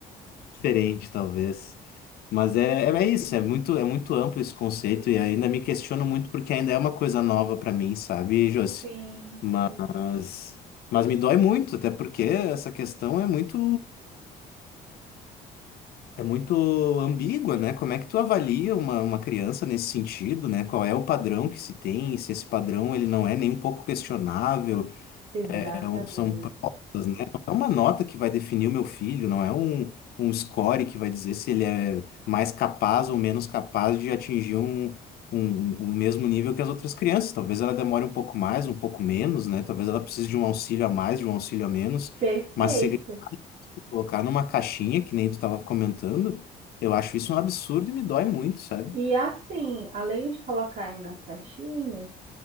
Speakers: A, on the left; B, on the right.
A: diferente, talvez. Mas é, é é isso, é muito, é muito amplo esse conceito e ainda me questiono muito porque ainda é uma coisa nova para mim, sabe, Josi?
B: Sim,
A: Mas,
B: sim,
A: mas me dói muito, até porque essa questão é muito, é muito ambígua, né? Como é que tu avalia uma, uma criança nesse sentido, né? Qual é o padrão que se tem, se esse padrão ele não é nem um pouco questionável,
B: exatamente.
A: é um- são provas, né? Não é uma nota que vai definir o meu filho, não é um, um score que vai dizer se ele é mais capaz ou menos capaz de atingir um, um, um mesmo nível que as outras crianças. Talvez ela demore um pouco mais, um pouco menos, né? Talvez ela precise de um auxílio a mais, de um auxílio a menos.
B: Perfeito.
A: Mas se ele colocar numa caixinha, que nem tu estava comentando, eu acho isso um absurdo e me dói muito, sabe?
B: E assim, além de colocarem nas caixinhas,